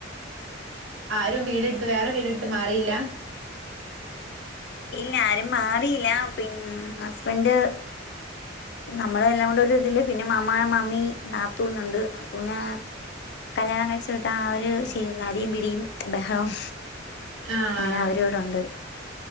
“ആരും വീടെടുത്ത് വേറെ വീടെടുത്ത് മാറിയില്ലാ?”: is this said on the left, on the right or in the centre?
Right